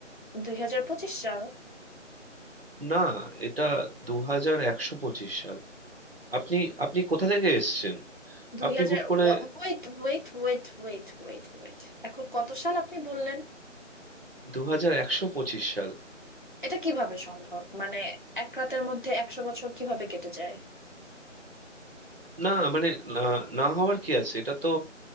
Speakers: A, on the left (about 40°); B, on the right (about 50°).
A: দুই হাজার পঁচিশ সাল
B: না এটা দু হাজার একশো পঁচিশ সাল আপনি আপনি কোথা থেকে এসেছেন
A: দুই
B: আপনি
A: হাজার
B: হুট
A: wait
B: করে
A: wait wait wait wait wait এখন কত সাল আপনি বললেন
B: দু হাজার একশো পঁচিশ সাল
A: এটা কিভাবে সম্ভব মানে এক রাতের মধ্যে একশো বছর কিভাবে কেটে যায়
B: না মানে না না হওয়ার কি আছে এটা তো